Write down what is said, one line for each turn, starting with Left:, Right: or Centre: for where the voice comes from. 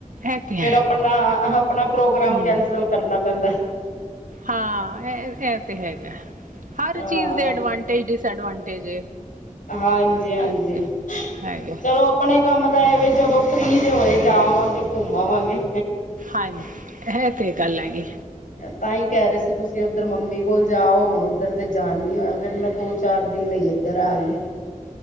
Right: ਇਹ ਤੇ ਹੈ
Left: ਫੇਰ ਆਪਣਾ, ਆਪਣਾ ਪ੍ਰੋਗਰਾਮ
Right: ਹਮ
Left: ਕੈਂਸਲ ਕਰਨਾ ਪੈਂਦਾ।
Right: ਹਾਂ ਐ 'ਤੇ ਹੈਗਾ ਹਰ
Left: ਹਾਂ
Right: ਚੀਜ਼ ਦੇ ਐਡਵਾਂਟੇਜ-ਡਿਸਐਡਵਾਂਟੇਜ ਏ।
Left: ਹਾਂਜੀ-ਹਾਂਜੀ,
Right: ਹਰ ਚੀਜ਼ ਹੈਗਾ
Left: ਚਲੋ ਆ ਪਣੇ ਕੰਮ ਦਾ ਏ ਵੇ ਜਦੋਂ ਫਰੀ ਜੇ ਹੋਏ ਜਾਂ ਆਵਾਂਗੇ, ਘੁੰਮ ਆਵਾਂਗੇ।
Right: ਹਨ ਹੇ 'ਤੇ ਗੱਲ ਹੈਗੀ।
Left: ਤਾਂ ਈ ਕਹਿ ਰੇ ਸੀ ਤੁਸੀਂ ਉੱਧਰ ਮੰਮੀ ਕੋਲ ਜਾਓ ਹੁਣ ਉੱਧਰ 'ਤੇ ਜਾਣ ਨੀ ਹੋਇਆ ਫਿਰ ਮੈਂ ਦੋ ਚਾਰ ਦਿਨ ਲਈ ਏਧਰ ਆਗੀ।